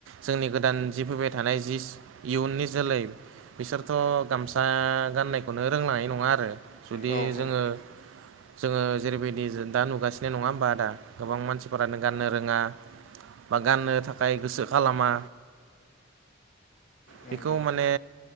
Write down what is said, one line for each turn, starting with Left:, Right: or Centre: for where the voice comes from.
Right: जोंनि गोदान जि फैबाय थानाय जि इयुननि जोलै बिसोरथ' गामसा गाननायखौनो रोंलांनाय नङा आरो। जुदि
Left: औ
Right: जोङो
Left: उम,
Right: जोङो जेरैबायदि जो दा नुगासिनो नङा होमबा आदा गोबां मानसिफोरानो गाननो रोङा! बा गाननो थाखाय गोसो खालाम- मा
Left: नंगौ
Right: बेखौ माने